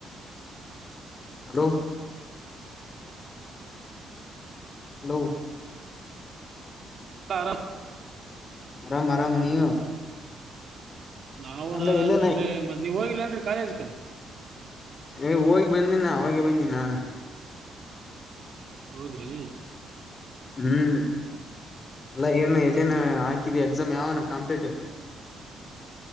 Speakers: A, on the left; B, on the right.
A: ಹಲೋ ನೌ
B: ಕಾರಣ
A: ಆರಾಮ್ ಆರಾಮ್ ನೀವು
B: ನಾವುನ್
A: ಅಲ್ಲ
B: ಆರಾಮ್
A: ಎಲ್ಲನ
B: ನಡ್ರಿ ಮತ್ ನೀವ ಹೋಗಿಲ್ಲನ್ರಿ ಕಾಲೇಜ್ ಕ
A: ಏ ಹೋಗಿ ಬಂದ ಹೋಗಿ ಬಂದಿನ್ ನಾನು
B: ಹೌದ್ರಿ
A: ಹ್ಮ್ ಇಲ್ಲ ಏನು ಎಲ್ಲಿನ ಹಾಕಿದೀ ಎಕ್ಸಾಮ್ ಯಾವಾನ competitive